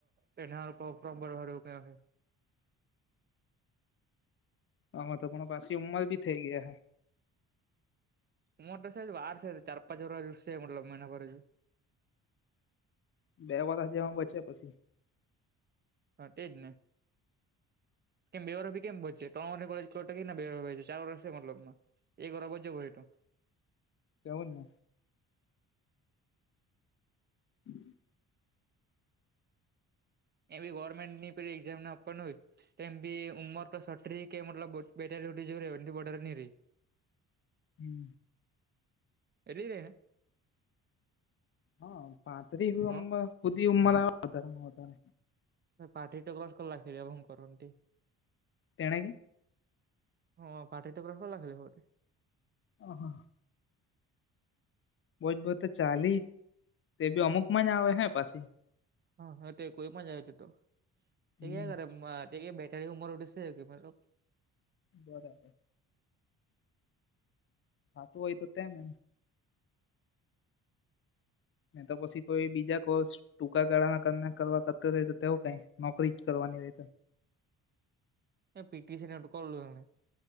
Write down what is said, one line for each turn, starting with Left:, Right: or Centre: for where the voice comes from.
Right: તેના પ્રોફોર્મ ભરવા હારુ કઈ અહે.
Left: આમાં તો પણ પાછી ઉંમર બી થઈ ગઈ હહે
Right: મોટ સેજ વાર સે, ચારપાચ વરસ છે મતલબમાં, એના પર હજુ
Left: બે વરહ જેવા બચે પછી?
Right: હા, ટે જ ને! કેમ બે વરહ ભી કેમ બચશે? ત્રણ વર્ષે કોલેજ છોડે ટે કે ના, ચાર વરષે મતલબ, એક વરસ વચ્ચે વયધુ.
Left: કેવુંજ હમ
Right: એવી ગવર્મેન્ટની પેલી એક્ઝામને આપવાનું હોય. તેમ ભી ઉમર તો છત્રી કે મતલબ બેતાલી હુધી જોઈરી એનથી વધારે નહીં રઈ.
Left: હમ
Right: <inaudible> લેને
Left: હહ પાતરી <inaudible>
Right: હા
Left: હુધી ઉંમર આવે વધારેમાં વધારે.
Right: મેં પાતરી તો ક્રોસ કર નાખ્યું હવે હું કરવાનું તે?
Left: તેણે કે?
Right: હહ પાતરી તો ક્રોસ કરી નાખ્યું હવે કે
Left: અ હહ હહ. બહુ જ બહુ તો ચાલી તે બી અમુકમાં જ આવે હે પસી.
Right: હા હા તે કોઈ પણ જાય તે તો કે
Left: હમ
Right: ક્યાં કરે ટેકે બેઠાની ઉંમર <inaudible> મતલબ.
Left: બરાબર. થાતો હોય તો તેમ એમ. નહીં તો પછી કોઈ બીજા કોર્સ ટૂંકા ગાળાના કરના કરવા કરતો રહે તો તેઓ કાઈ નોકરી જ કરવાની રે તો.
Right: એ પીટીસીની તો કરેલું એમને.